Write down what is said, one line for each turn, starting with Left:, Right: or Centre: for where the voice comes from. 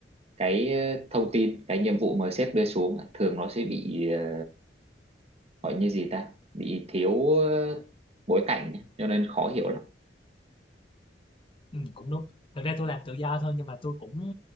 Right: cái ờ, thông tin cái nhiệm vụ mà sếp đưa xuống thường nó sẽ bị ờ, gọi như gì ta bị thiếu ờ, bối cảnh ấy, cho nên khó hiểu lắm
Left: ừm, cũng đúng. Thực ra tôi làm tự do thôi nhưng mà tôi cũng